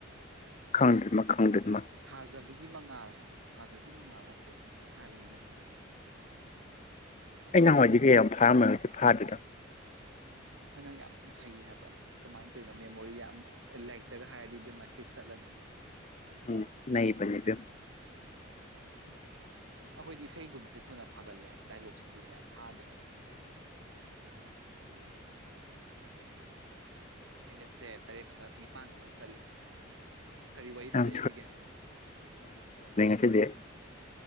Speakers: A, on the left; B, on the right.
A: ꯈꯪꯗꯃ ꯈꯪꯗ꯭ꯔꯃ
B: ꯊꯥꯖꯕꯒꯤ ꯃꯉꯥꯜ ꯍꯥꯏꯕ ꯊꯥꯖꯒꯤ ꯃꯉꯥꯜ ꯅꯠꯇꯦ ꯀꯩꯅꯣꯝ ꯍꯥꯏꯕꯅꯤꯅ
A: ꯑꯩ ꯅꯍꯥꯟꯋꯥꯏꯩ ꯀꯩ ꯌꯥꯝ ꯊꯥꯔꯝꯃꯒ ꯁꯤꯦ ꯐꯥꯗꯗꯣ
B: ꯍꯣꯏ ꯅꯪ ꯌꯥꯝ ꯍꯩꯌꯦ ꯍꯥꯏꯕ ꯀꯃꯥꯏꯅ ꯇꯧꯔꯤꯅꯣ ꯃꯦꯃꯣꯔꯤꯗ ꯌꯥꯝ ꯂꯥꯏꯔꯤꯛꯇꯒ ꯍꯥꯏꯔꯗꯤ ꯕꯦꯝꯃ ꯍꯤꯠ ꯆꯠꯂꯅꯤ
A: ꯎꯝ ꯅꯕꯅꯦꯕꯌꯨ
B: ꯎꯝ ꯑꯩꯈꯣꯏꯗꯤ ꯏꯁꯩꯒꯨꯝꯕꯁꯦ ꯊꯨꯅ ꯐꯥꯒꯠꯂꯦ ꯗꯥꯏꯂꯣꯛꯁꯤꯗꯤꯅꯦ ꯐꯥꯗꯦ ꯍꯥꯏꯕ ꯑꯅꯦꯠꯁꯦ ꯇꯔꯦꯠ ꯈꯛꯇꯪ ꯅꯤꯄꯥꯟ ꯈꯛꯇꯪ ꯆꯠꯂꯦ ꯀꯔꯤ ꯋꯥꯔꯤ ꯁꯥꯟꯅꯏꯁꯤꯒꯦ
A: ꯌꯥꯝ ꯁꯤꯗꯤꯦ